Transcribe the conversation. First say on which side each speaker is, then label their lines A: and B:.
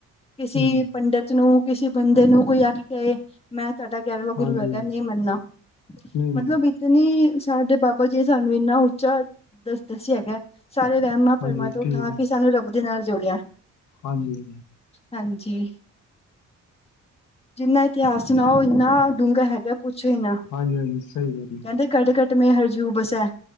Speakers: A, on the left (about 20°); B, on the left (about 75°).
A: ਕਿਸੇ
B: ਹੂੰ
A: ਪੰਡਿਤ ਨੂੰ ਕਿਸੇ ਬੰਦੇ ਨੂੰ ਕੋਈ ਆ ਕੇ ਕਹੇ। ਮੈਂ ਤੁਹਾਡਾ ਗਿਆਰਵਾ ਗੁਰੂ
B: ਹਾਂਜੀ
A: ਹੈਗਾ
B: ਹਾਂਜੀ
A: ਨਈ ਮੰਨਨਾ,
B: ਨਹੀਂ
A: ਮਤਲਬ।
B: ਨਹੀਂ
A: ਤੇ ਨਹੀਂ ਸਾਡੇ ਬਾਬਾ ਜੀ ਸਾਨੂੰ ਇੰਨਾ ਉੱਚਾ ਦੱਸ ਦੱਸਿਆ ਹੈਗਾ। ਸਾਰੇ ਵਹਿਮਾਂ ਭਰਮਾਂ
B: ਹਾਂਜੀ
A: ਤੋਂ
B: ਠੀਕ
A: ਉਠਾ
B: ਹੈ
A: ਕੇ ਸਾਨੂੰ ਰੱਬ ਦੇ ਨਾਲ ਜੋੜਿਆ।
B: ਹਾਂਜੀ - ਹਾਂਜੀ
A: ਹਾਂਜੀ ਜਿੰਨਾ ਇਤਿਹਾਸ ਸੁਣਾਓ ਇਨਾਂ। ਡੂੰਘਾ ਹੈਗਾ ਪੁੱਛੋ ਹੀ ਨਾ
B: ਹਾਂਜੀ ਹਾਂਜੀ ਸਹੀ ਗੱਲ
A: ਕਹਿੰਦੇ
B: ਹੈ
A: ਕਣ - ਕਣ ਮੈਂ ਹਰਜੂ ਬਸੇ।